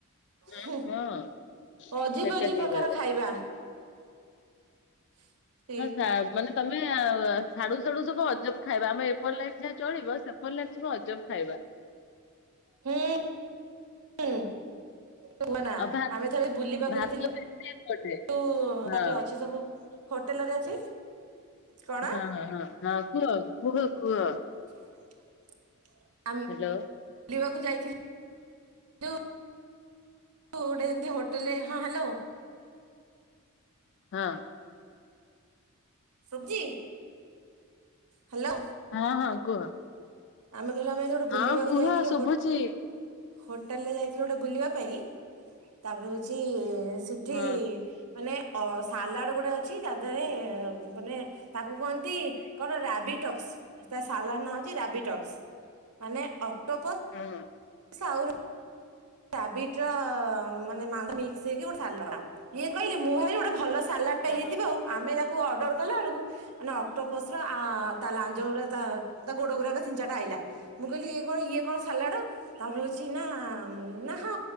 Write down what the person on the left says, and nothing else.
ହଁ
ହଁ
ସେଟା
କିଏ
କହିବ।
ହଁ, ମା ମାନେ ତମେ ସାଡୁ ସାଡୁ ସବୁ ଅଜବ ଖାଇବା। ଆମ ଏପଟ ଲାଇନ ଯାହା ଚଳିବ। ସେପଟ ଲାଇନ ସବୁ ଅଜବ ଖାଇବା।
ଆଉ ଭା
ଭାତ
ବେଶୀ ଏପଟେ
ହଁ
ହଁ-ହଁ-ହଁ-ହଁ କୁହ କୁହ କୁହ।
ହାଲୋ।
ହଁ।
ହଁ ହଁ କୁହ।
ହଁ
କୁହ
ଶୁଭୁଛି।
ହଁ
ହୁଁ ହୁଁ।
ହଁ
ହଁ